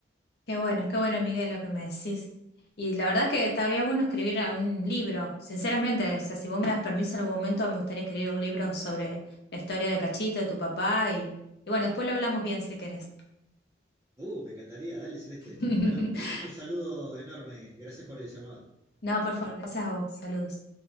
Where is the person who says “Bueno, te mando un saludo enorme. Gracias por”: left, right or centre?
Right